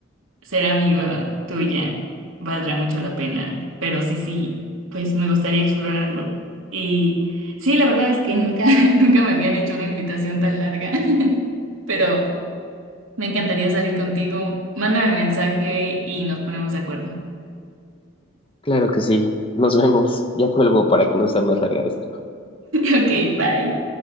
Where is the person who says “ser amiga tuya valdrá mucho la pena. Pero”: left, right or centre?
Right